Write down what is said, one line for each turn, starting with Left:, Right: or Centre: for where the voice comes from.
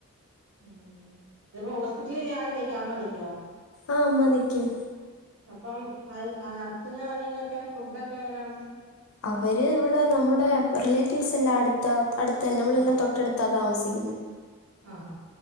Right: ഉം ഇത് ഇപ്പം ഹോസ്പിറ്റെൽ ആര് നിക്കും അമ്മ നിക്കോ?
Left: ആഹ് അമ്മ നിക്കും
Right: അപ്പം അയ് അച്ഛനും അനിയെനും ഒക്കെ ഫുഡൊക്കെ എങ്ങനെയാണ്
Left: അവെര് ഇവ്ടെ നമ്മുടെ റിലേറ്റീവ്സ് എല്ലാം അട്ത്താ അട്ത്തെന്നെ നമ്മളെല്ലാം
Right: അടുത്താ
Left: തൊട്ട അട്ത്താ താമസിക്ക് ന്നെ
Right: ആഹ്